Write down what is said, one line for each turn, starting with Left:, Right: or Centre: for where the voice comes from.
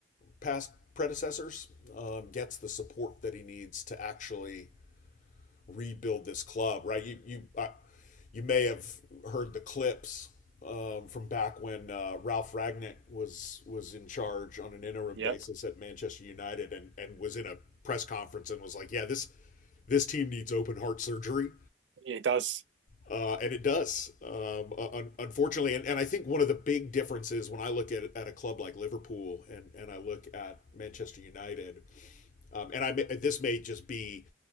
Left: past predecessors, um, gets the support that he needs to actually rebuild this club, right? You you I, you may have heard the clips um, from back when uh, Ralph Ragnick was was in charge on an interim
Right: Yep.
Left: basis at Manchester United, and and was in a press conference and was like, "Yeah, this this team needs open heart surgery,"
Right: It does.
Left: uh, and it does, um, uh, un- unfortunately. And, and I think one of the big differences when I look at at a club like Liverpool and and I look at Manchester United, um, and I this may just be